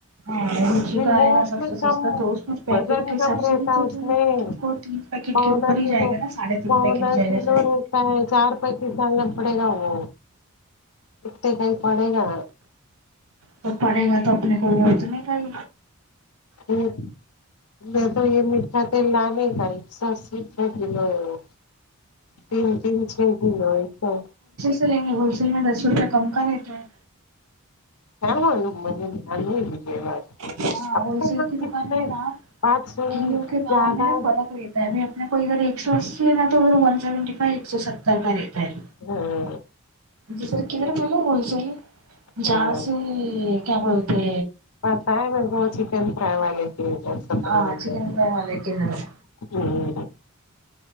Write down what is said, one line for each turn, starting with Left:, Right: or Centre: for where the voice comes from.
Right: ہاں روچی
Left: پھر
Right: کا آئے
Left: وہ
Right: گا
Left: اس
Right: سب سے
Left: میں
Right: سستا
Left: کم
Right: تو اس میں پیکٹ
Left: وزن
Right: کے حساب
Left: کم
Right: سے
Left: رہتا
Right: بھی تو
Left: اس
Right: تم
Left: میں
Right: تم کو تین پیکٹ
Left: پونا
Right: کے اوپر ہی
Left: کلو
Right: جائے گا نا ساڑھے تین
Left: پونا
Right: پیکٹ جائے
Left: کلو
Right: گا شاید
Left: رہتا ہے چار پینتیس سالنا پڑے گا وہ اتے کا ہی پڑے گا
Right: تو پڑھے گا تو اپنے کو وه اتنے کہ ہی
Left: ہمم میں تو یہ میٹھا تیل لا نہیں پایی ایک سو اسی روپے کلو ہے وہ تین تین چھ دن ہو اسکو
Right: رہیں گے ہول سیل میں دس سو روپئے کم کا رہتے ہیں
Left: ہاں ہاں مہینے دھیان نہیں دی یہ بات کی
Right: ہاں
Left: اب
Right: ہول
Left: تو
Right: سیل
Left: یہاں
Right: کی دکان
Left: کتنے
Right: میں نا
Left: بات سن
Right: کلوں کے بھاؤں
Left: زیادہ
Right: میں نا فرق ہو پہلے اپنے کو ادھر ایک ایک سو اسی ہے نا تو ادھر ون سیونٹی فائیو ایک سو ستر کا رہتا ہے
Left: ہاں
Right: جی ادھر کدھر ہے ھول سیل جاں
Left: ہاں
Right: سے کیا بولتے
Left: پتا ہے م کو چکن فرائی والے کے سترہ
Right: ہاں
Left: نمبر
Right: چکن
Left: میں
Right: فرائی والے کے ادھر
Left: جی